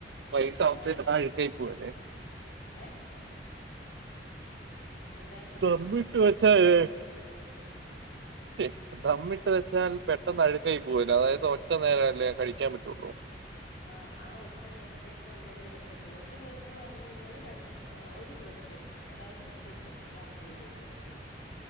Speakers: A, on the right (about 75°); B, on the left (about 60°).
A: വൈട്ട് <unintelligible>
B: ആ
A: പൊവലെ
B: ഏ എന്തായിര്ന്നു
A: ദമ്മ്ഇട്ട് വെച്ചാ ഏഹ് <unintelligible> ദമ്മിട്ട് വെച്ചാൽ പെട്ടെന്ന് അഴ്ക്കായി പോവല്ലൊ അതായത് ഒറ്റ നേരംഅല്ലെ കഴിക്കാൻ പറ്റൊള്ളൂ
B: ആഹ് ആ ഒറ്റ നേരത്തേക്കുള്ളതെ വെക്കത്തൊള്ളൂ ഒറ്റ നേരംന്ന് പറഞ്ഞൈഞ്ഞാല് രൺ ഹ് ഒരു ദുവ സ് ത്തേക്ക് അതായത് ഉച്ചക്കും രാത്രിയിലത്തേക്കും